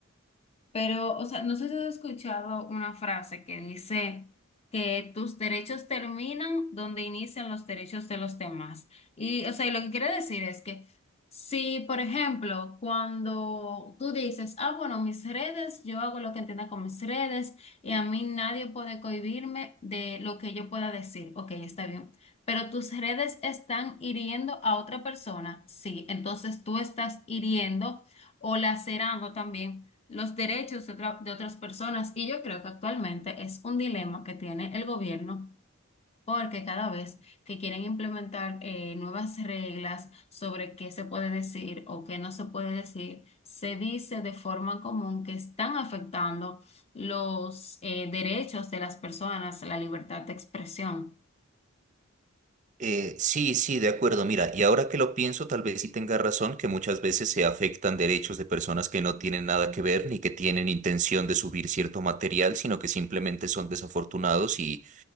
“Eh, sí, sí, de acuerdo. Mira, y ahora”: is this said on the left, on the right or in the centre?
Right